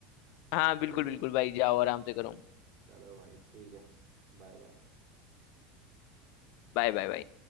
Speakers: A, on the left; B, on the right.
A: हाँ बिल्कुल
B: सही
A: बिल्कुल
B: है
A: भाई जाओ आराम से करो
B: चलो भाई ठीक है Bye bye
A: Bye bye bye